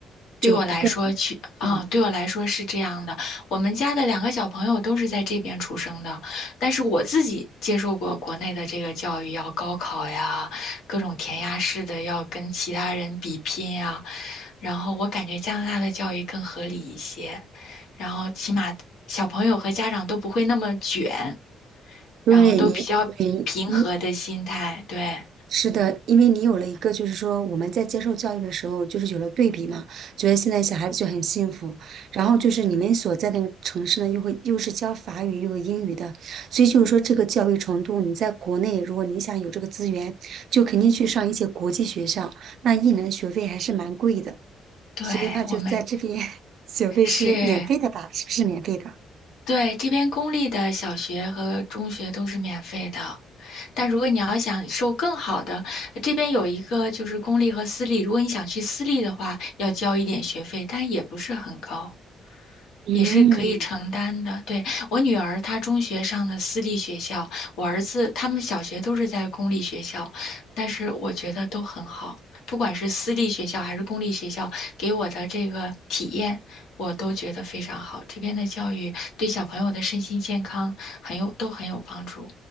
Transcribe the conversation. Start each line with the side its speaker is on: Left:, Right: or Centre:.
Left: 对我来说去啊、
Right: 不会，嗯，
Left: 对我来说是这样的。我们家的两个小朋友都是在这边出生的，但是我自己接受过国内的这个教育，要高考呀，各种填鸭式的要跟其他人比拼呀。然后我感觉加拿大的教育更合理一些，然后起码小朋友和家长都不会那么卷。
Right: 对你，
Left: 然后都比较平和的心态。
Right: 对，应
Left: 对，
Right: 是的，因为你有了一个，就是说我们在接受教育的时候，就是有了对比嘛，觉得现在小孩子就很幸福。然后就是你们所在那个城市呢，又会又是教法语又有英语的，所以就是说这个教育程度，你在国内如果你想有这个资源，就肯定去上一些国际学校，那一年学费还是蛮贵的。
Left: 对，
Right: 所以话就在这边
Left: 我们
Right: <laughs> 学费是免费的吧？
Left: 是，
Right: 是不是免费的？
Left: 对，这边公立的小学和中学都是免费的。但如果你要想受更好的，这边有一个就是公立和私立，如果你想去私立的话，要交一点学费，但也不是很高。
Right: 嗯，
Left: 也是可以承担的。对，我女儿，她中学上的私立学校，我儿子他们小学都是在公立学校，但是我觉得都很好，不管是私立学校还是公立学校，给我的这个体验，我都觉得非常好。这边的教育对小朋友的身心健康很有，都很有帮助。